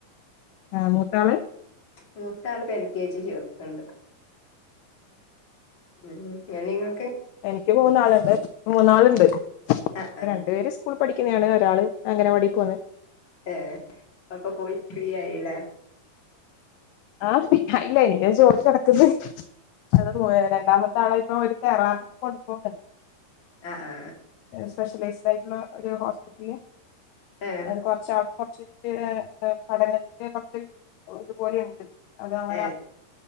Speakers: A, on the left; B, on the left.
A: ആ ആഹ മൂത്താള്
B: മൂത്താള്ും എല് കെ ജി യപ്പുണ്ട് ഉം ങ്ങ
A: എനിക്ക് മൂന്നാളുണ്ട് മൂന്നാളുണ്ട്
B: ആ ആ
A: രണ്ടു പേര് സ്കൂൾ പഠിക്കുന്നാണ് രാൾ അങ്ങനെ വാടി പോന്ന്
B: ഏ അപ്പൊ പോയി ഫ്രീ ആയില്ല
A: ആഹ പിന്ന ഇല്ല ഇന ജോലി കിടക്കുന്ന അത് രണ്ടാമത്തെ ആളായി ഇപ്പൊ ഒരു തെറാക്ക കൊണ്ടു പോുന്നുണ്ട്
B: ആ ആ
A: സ്പെഷ്യലൈസ്ഡ് ആയിട്ടുള്ള ഒരു ഹോസ്പിറ്റല്
B: ഏ
A: അത് കുറച്ച ആൾക്ക ച്ച പഠനത്തിന് കൊറച്ച ഇതുപോലെുണ്ട് അത് അങ്ങനെ
B: ഏ